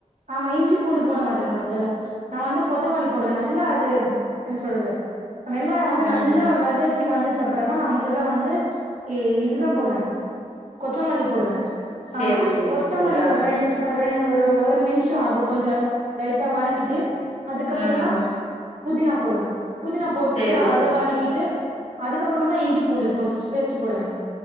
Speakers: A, on the right (about 65°); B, on the left (about 65°).
A: ஆமா இஞ்சி பூண்டு போட மாட்டே நா முதல்ல நான் வந்து கொத்தமல்லி போடுவே நல்லா அது என்ன சொல்றது வெங்காய வந்து
B: ம்
A: நல்லா வதக்கி வந்துச்சு அப்றமா நா முதல்ல வந்து இதுதா போடுவே கொத்தமல்லி போடுவே
B: சேரி
A: ஆமா
B: சேரி
A: கொத்தமல்லி
B: சேரி ஆ
A: ஒரு ரெண்டு ஒரு ரெண்டு ஒரு ஒரு நிமிஷம் அத கொஞ்சோ லைட்டா வணக்கிட்டு அதுக்கப்றமா
B: ம்
A: புதினா போடுவே புதினா போட்டுட்டு
B: சேரி
A: அத
B: சேரி
A: வணக்கிட்டு அதுக்கப்புறம் தா இஞ்சி பூண்டு போஸ பேஸ்ட் போடுவே